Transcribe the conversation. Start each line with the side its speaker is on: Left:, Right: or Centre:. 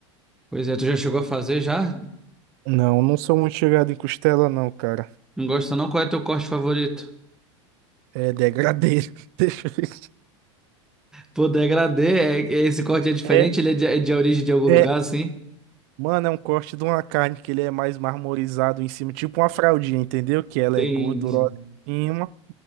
Centre: Pois é, tu já chegou a fazer já?
Right: Não, não sou muito chegado em costela, não, cara.
Centre: Não gosta não? Qual é teu corte favorito?
Right: É degradê. <laughs> Deixa eu ver.
Centre: Pô, degradê, é, é- esse corte é diferente?
Right: É,
Centre: Ele é de, é de origem de algum lugar,
Right: é,
Centre: assim?
Right: mano, é um corte de uma carne que ele é mais marmorizado em cima, tipo uma fraldinha, entendeu? Que ela
Centre: Entendi.
Right: é gordurosa em cima,